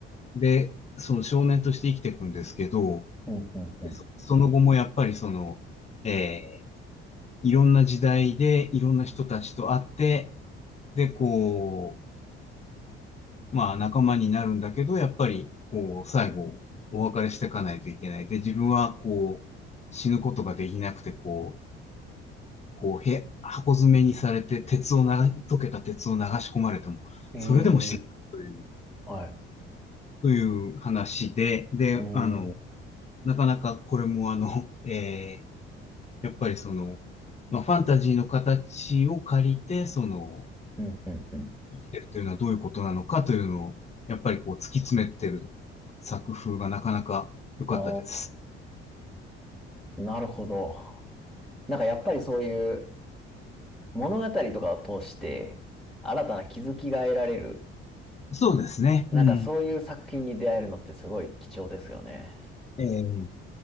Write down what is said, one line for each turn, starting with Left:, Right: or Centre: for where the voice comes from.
Left: で、その少年として生きていくんですけど、
Centre: うん、うん、う
Left: そその後もやっぱりその、えーいろんな時代でいろんな人たちと会って、で、こう、まあ仲間になるんだけど、やっぱり、こう、最後、お別れしていかないといけない。で、自分は、こう、死ぬことができなくて、こう、こう、へ、箱詰めにされて、鉄をな、溶けた鉄を流し込まれても、
Centre: ん。えー
Left: それでも死ぬという、
Centre: はい。
Left: という話で、で、
Centre: うん。
Left: あの、なかなかこれもあの、えーやっぱりその、まあ、ファンタジーの形を借りて、その、
Centre: うん、うん、うん。
Left: 生きてるというのはどういうことなのかというのを、やっぱりこう突き詰めてる作風がなかなか良かったです。
Centre: ああ、なるほど。なんかやっぱりそういう物語とかを通して新たな気づきが得られる、
Left: そうですね。
Centre: なんかそういう作品に出会えるのってすごい貴重ですよね。
Left: うん。ええ